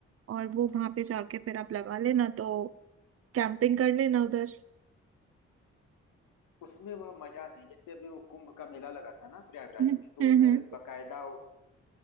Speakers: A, on the right; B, on the left.
A: और वो वहां पे जाके फिर आप लगा लेना तो कैंपिंग कर लेना उधर
B: उसमें वह मजा नहीं जैसे अभी वो कुंभ का मेला लगा था ना प्रयागराज
A: हम्म
B: में तो
A: हम्म
B: उधर बकायदा वो,